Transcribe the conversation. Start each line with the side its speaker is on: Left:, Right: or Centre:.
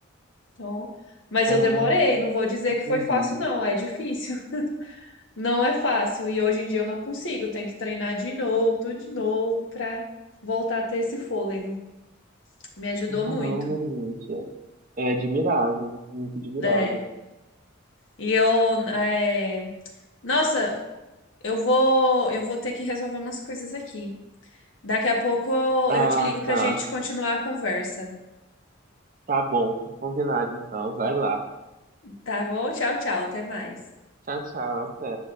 Left: Então, mas
Right: Ah,
Left: eu demorei, não vou dizer
Right: entendi.
Left: que foi fácil, não, é difícil. <laughs> Não é fácil. E hoje em dia eu não consigo, tenho que treinar de novo, tudo de novo, pra voltar a ter esse fôlego. Me ajudou
Right: Caramba,
Left: muito,
Right: gente, é, é admirável, muito admirável.
Left: né? E eu, é, nossa, eu vou, eu vou ter que resolver umas coisas aqui. Daqui a pouco
Right: Ah,
Left: eu, eu te ligo pra
Right: tá.
Left: gente continuar a conversa.
Right: Tá bom, tá combinado então. Vai lá.
Left: Tá bom? Tchau, tchau, até mais.
Right: Tchau, tchau, até.